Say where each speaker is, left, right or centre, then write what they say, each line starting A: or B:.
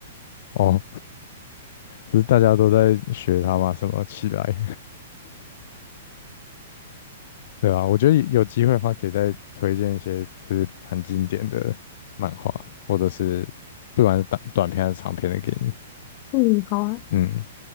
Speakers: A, on the left; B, on the left.
A: 哦，不是大家都在学他吗？什么起来？对啊，我觉得有机会的话，可以再推荐一些就是蛮经典的漫画，或者是不管是短短片还是长片的给你。
B: 嗯，好啊，
A: 嗯，